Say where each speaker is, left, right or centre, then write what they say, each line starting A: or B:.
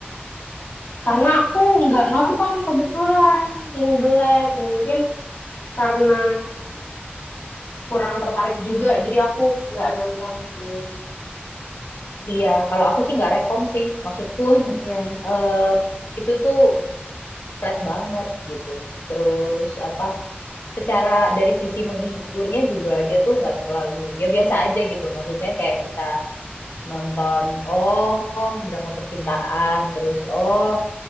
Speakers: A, on the left; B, on the left.
A: Karena aku nggak nonton kebetulan King the Land. Mungkin karena kurang tertarik juga, jadi aku nggak nonton sih.
B: Iya, kalau aku sih nggak rekom sih. Maksudku
A: Iya.
B: <laughs> eh, itu tuh flat banget gitu. Terus apa secara dari sisi menghiburnya juga dia tuh nggak terlalu ya biasa aja gitu. Maksudnya kayak kita nonton oh drama percintaan terus oh